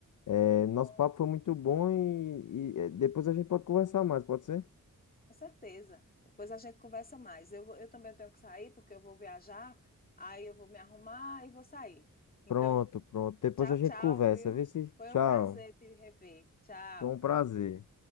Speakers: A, on the left; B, on the left.
A: É,
B: Bom,
A: Nosso papo foi muito bom e, e, é, depois a gente pode conversar mais, pode ser?
B: Com certeza. Depois a gente conversa mais. Eu, vou- eu também tenho que sair, porque eu vou viajar, aí eu vou me arrumar e vou sair. Então,
A: Pronto, pronto. Depois
B: tchau,
A: a gente
B: tchau,
A: conversa.
B: viu?
A: Vê se.
B: Foi
A: Tchau.
B: um prazer te rever. Tchau.
A: Foi um prazer.